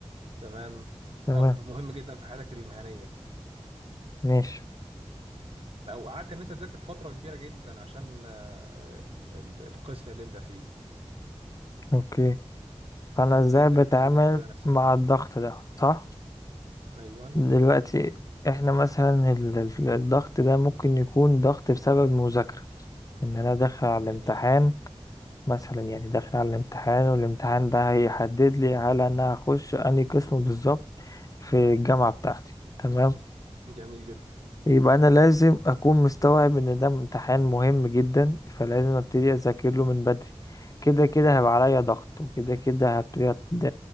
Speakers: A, on the right; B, on the left.
A: تمام
B: تمام
A: او مهم جدا في حياتك المهنية
B: ماشي
A: او قعدت ان انت تذاكر فترة كبيرة جدا عشان آه، ال- ال- القسم اللي انت فيه
B: أوكي فأنا
A: ازاي
B: إزاي
A: انت
B: بتعامل
A: بتهندل كده نفسيتك
B: مع الضغط ده صح
A: ايوه
B: دلوقتي إحنا مثلا ال- ال- الضغط ده ممكن يكون ضغط بسبب مذاكرة إن أنا داخل على الامتحان
A: جميل
B: مثلا يعني داخل على الامتحان والامتحان ده هيحدد لي هل انا هخش انهي قسم بالظبط في الجامعة بتاعتي تمام
A: جميل جدا
B: يبقى انا لازم اكون مستوعب ان ده امتحان مهم جدا فلازم ابتدي اذاكر له من بدري كده كده هيبقى عليا ضغط وكده كده هبتدي أت-